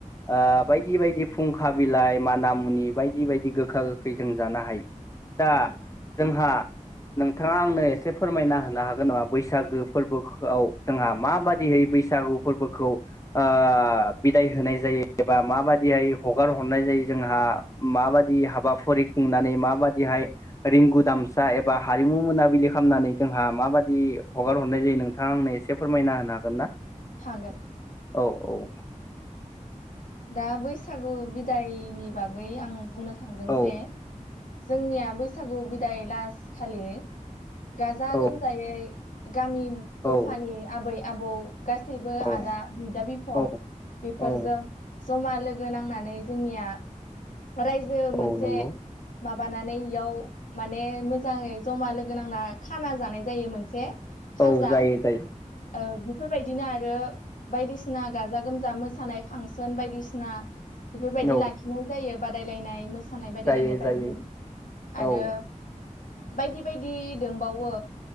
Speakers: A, on the left (about 25°); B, on the left (about 75°).
A: ओ-बायदि बायदि फुंखा बिलाइ माना मुनि बायदि बायदि गोखा गोखै जों जानो हायो दा
B: औ
A: जोंहा। नोंथाङा आंनो एसे फोरमायना होनो हागोन नामा बैसागो फोरबोआव जोंहा माबाददियै बैसागु फोरबोखौ। ओ-बिदाय होनाय जायो एबा माबादिहाय हगार हरनाय जायो जोंहा माबाददि? हाबाफारि खुंनानै माबाददिहाय रिंगु दामसा एबा हारिमु मोनाबिलि खालामनानै जों। माबायदि हगार हरनाय जायो नोंथाङा आंनो एसे फोरमायना होनो हागोन ना?
B: हागोन।
A: औ औ
B: दा बैसागु बिदायनि बागै आं बुंनो थांदों
A: औ
B: जे। जोंनिया बैसागु बिदाय लास खालि गाजा
A: औ
B: गोमजायै। गामि
A: औ
B: गफानि आबै आबौ। गासैबो
A: औ
B: आदा बिदा बिफां
A: औ
B: बेफोरजों।
A: औ
B: जमा लोगो नांनानै जोंनिया रायजो
A: औ
B: मोनसे।
A: नंगौ
B: माबानानै इयाव माने मोजाङै जमा लोगो नांना खाना जानाय जायो मोनसे। खाजा
A: औ जायो जायो
B: औ बेफोरबायदि। बिदिनो आरो बायदिसिना गाजा गोमजा मोसानाय फांसन बायदिसिना बेफोरबायदि
A: औ
B: लाखिनाय जायो बादायलायनाय मोस मोसानाय बादायलायनाय
A: जायो
B: बायदि
A: जायो
B: आरो
A: औ
B: बायदि बायदि दोंबावो